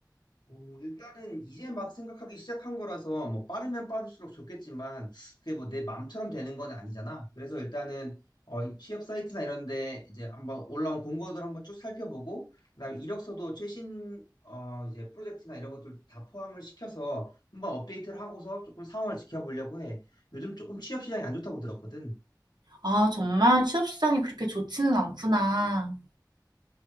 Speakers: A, on the left; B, on the right.
A: 어, 일단은 이제 막 생각하기 시작한 거라서 뭐 빠르면 빠를수록 좋겠지만 그게 뭐 내 맘처럼 되는 건 아니잖아. 그래서 일단은 어, 이 취업 사이트나 이런 데 이제 한번 올라온 공고들 한번 쭉 살펴보고 그다음 이력서도 최신 어, 이제 프로젝트나 이런 것들 다 포함을 시켜서 한번 업데이트를 하고서 조금 상황을 지켜보려고 해. 요즘 조금 취업 시장이 안 좋다고 들었거든.
B: 아, 정말 취업 시장이 그렇게 좋지는 않구나.